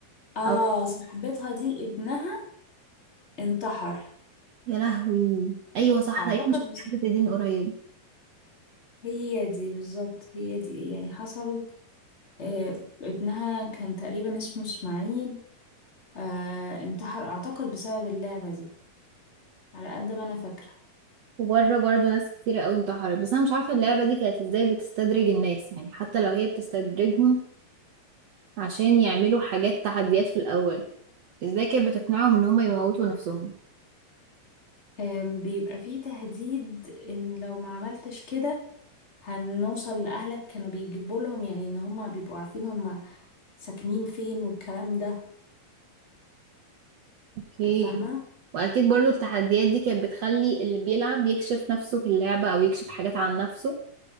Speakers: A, on the left; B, on the right.
A: آه
B: او
A: صاحبتها دي ابنها انتحر
B: <laughs> يا لهوي ايوه صح
A: أعتقد
B: تقريبا شفت
A: بس
B: الحتة دي من قريب
A: هي دي بالظبط هي دي يعني حصل آه، ابنها كان تقريبا اسمه اسماعيل آه، انتحر اعتقد بسبب اللعبة دي على قد ما انا فاكرة
B: وبره برضه ناس كتيرة قوي انتحرت بس انا مش عارفة اللعبة دي كانت ازاي بتستدرج الناس يعني حتى لو هي بتستدرجهم عشان يعملوا حاجات تحديات في الأول ازاي كانت بتقنعهم ان هما يموتوا نفسهم
A: آم، بيبقى فيه تهديد ان لو ما عملتش كده هنوصل لأهلك كانوا بيجيبوا لهم يعني ان هما بيبقوا عارفين هما ساكنين فين والكلام ده
B: اوكي
A: فاهمة
B: واكيد برضو التحديات دي كانت بتخلي اللي بيلعب يكشف نفسه في اللعبة او يكشف حاجات عن نفسه